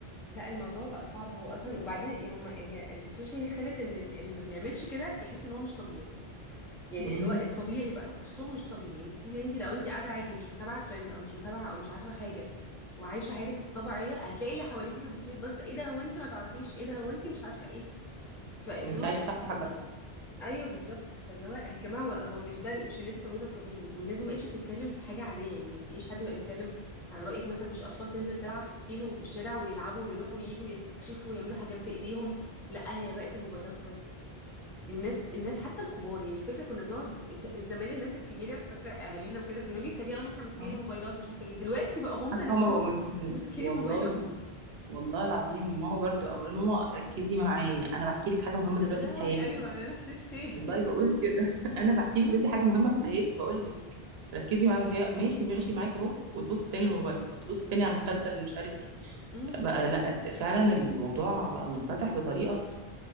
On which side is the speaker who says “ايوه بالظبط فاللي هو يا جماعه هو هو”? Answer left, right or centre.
Centre